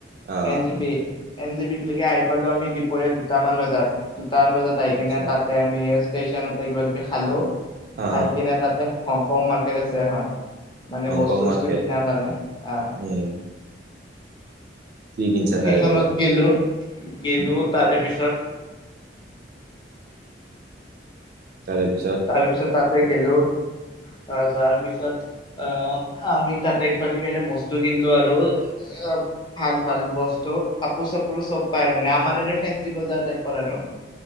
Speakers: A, on the right; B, on the left.
A: অ'
B: এন জি পি, এন জি পিক লেগি আহি পালোঁ আমি দিপৰীয়া দুটামান বজাত, দুটামান বজাত আহি
A: আচ্ছা
B: কিনে তাতে আমি ষ্টেশচনতে কিবা কিবি খালোঁ,
A: অ'
B: খাই কিনে তাতে হংকং মাৰ্কেট আছে এখন। মানে
A: হংকং
B: বস্তু বস্তু
A: মাৰ্কেট
B: কিনাৰ কাৰণে অ'।
A: উম কি কিনছা
B: সেইখনত
A: তাৰে পৰা?
B: গেলো, গেলো তাৰ পিছত
A: তাৰে পিছত।
B: তাৰ পিছত তাতে গেলো, অ' যাৰ পিছত আহ, আমি তাতে কিবা কিবি এনে বস্তু কিনলোঁ আৰু <unintelligible> ভাল, ভাল বস্তু, কাপোৰ চাপোৰো চব পায় আৰু মানে আমাৰ এৰে ফেঞ্চি বজাৰ টাইপৰ আৰু।